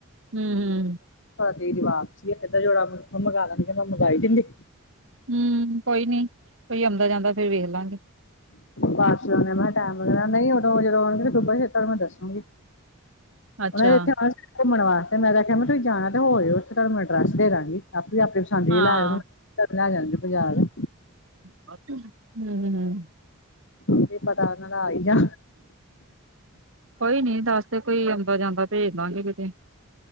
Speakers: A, on the right; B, on the left.
A: ਹੂੰ-ਹੂੰ।
B: ਦੀ ਵਵਾਪ ਸੀ ਏਾਂ ਜੋੜਾ ਮ ਮ ਮੰਗਵਾਣਾ ਸੀ ਤੇ ਮੈਂ ਮੰਗਈ ਦਿੰਦੀ,
A: ਹੂੰ ਕੋਈ ਨੀ ਕੋਈ ਆਉਂਦਾ ਜਾਂਦਾ ਫੇਰ ਵੇਖ ਲਾਂਗੇ,
B: ਬਸ ਉ ਮੈਂ ਕਿਹਾ ਟੈਮ ਲ ਨਹੀਂ ਉਦੋਂ ਜਦੋਂ ਆਉਣਗੇ ਦਬਾਤਾੂੰ ਮੈਂ ਦੱਸੂਗੀ।
A: ਅੱਛਾ
B: ਉਹ ਨੇ ਇੱਥੇ ਆਉਣਾ ਘੁੰਮਣ ਵਾਸਤੇ, ਮੈਂ ਆਖਿਆ ਮ ਤੁਸੀਂ ਜਾਣਾ ਤੇ ਹੋਇਓ ਉੱਥੇ ਤੁਹਾਨੂੰ ਮੈਂ ਅਡਰੈਸ ਦੇਵਾਂਗੀ। ਆਪ ਆਪੇ ਪਸੰਦ ਦੀ
A: ਹਾਂ
B: ਲੈ ਆਓ ਹੁਣ ਜਦ ਜਾਣਗੇ ਬਾਜ਼ਾਰ।
A: ਹੂੰ।
B: ਕੀ ਪਤਾ ਉਹਨਾਂ ਦਾ ਆਈ ਜਾ,
A: ਕੋਈ ਨੀ ਦੱਸ ਦੇ ਕੋਈ ਆਉਂਦਾ ਜਾਂਦਾ ਭੇਜ ਦਾਂਗੇ ਕਿਤੇ,